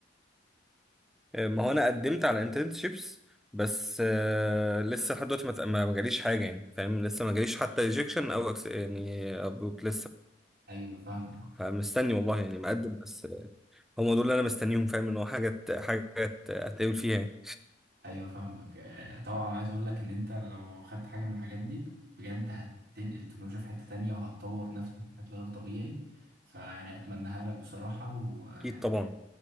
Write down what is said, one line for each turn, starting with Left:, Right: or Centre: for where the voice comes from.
Centre: آه، ما هو انا قدمت على انترنشيبس بس آه، لسه لحد دلوقتي ما ت- ما- ما جاليش حاجه يعني فاهم لسه ما جاليش حتى ريجكشن او أكس- يعني أبروك لسه
Right: أيوة فاهمك
Centre: فمستني والله يعني مقدم بس هم دول اللي انا مستنيهم فاهم ان هو حاجه ت- حاجه ت- هتقابل فيها يعني
Right: أيوة فاهمك آه، طبعا عايز أقول لك إن أنت لو خدت حاجة من الحاجات دي بجد هتنقل التكنولوجيا في حتة تانية وهتطور نفسك بشكل غير طبيعي فيعني أتمناها لك بصراحة ويعني
Centre: اكيد طبعا